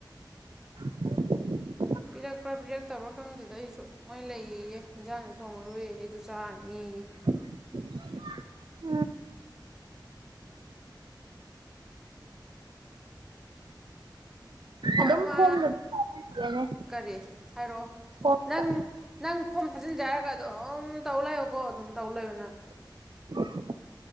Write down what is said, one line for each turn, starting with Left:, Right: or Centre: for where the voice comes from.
Right: <inaudible>
Centre: ꯄꯤꯔꯛꯄ꯭ꯔꯥ ꯄꯤꯔꯛꯇꯕ꯭ꯔꯥ ꯈꯪꯗꯦꯗ ꯑꯩꯁꯨ ꯃꯣꯏ ꯂꯩꯌꯦꯌꯦ ꯏꯟꯖꯥꯡꯗꯤ ꯊꯣꯡꯉꯔꯣꯏꯌꯦ ꯑꯗꯨ ꯆꯥꯔꯅꯤꯌꯦ
Right: <inaudible>
Centre: ꯍꯣꯏ
Right: ꯑꯗꯨꯝ
Centre: ꯑꯝꯃꯥ
Right: ꯐꯣꯝꯗ ꯂꯩꯔꯦꯅꯦ
Centre: ꯀꯔꯤ ꯍꯥꯏꯔꯛꯑꯣ
Right: ꯐꯣꯝꯗꯣ
Centre: ꯅꯪ ꯅꯪ ꯐꯣꯝ ꯊꯥꯖꯤꯟꯖꯦ ꯍꯥꯏꯔꯒ ꯑꯗꯨꯝ ꯇꯧ ꯂꯩꯌꯣꯀꯣ ꯑꯗꯨꯝ ꯇꯧ ꯂꯩꯌꯣ ꯅꯪ
Right: <inaudible>